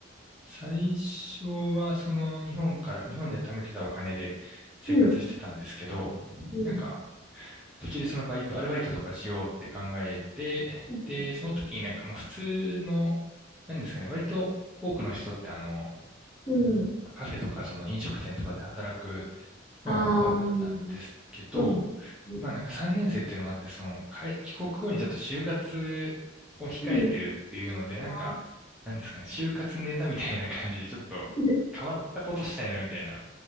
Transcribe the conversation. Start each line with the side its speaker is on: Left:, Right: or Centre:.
Centre: 最初はその日本から、日本で貯めてたお金で生活してたんですけど、
Left: うん。うん。
Centre: なんか途中でそのバイト、アルバイトとかしようって考えて、
Left: うん。
Centre: で、その時になんかまあ普通の、なんですかね、割と多くの人ってあの、
Left: うん。うん
Centre: カフェとかその飲食店とかで働く
Left: ああ、
Centre: のがまあ多かったんですけど、
Left: そうなんですね。
Centre: まあなんか3年生っていうのもあって、その、帰帰国後にちょっと就活を控えてるっていうので、
Left: うん。
Centre: なんか、
Left: あ
Centre: なんですかね、就活ネタみたいな感じでちょっと変わったことしたいなみたいな
Left: ー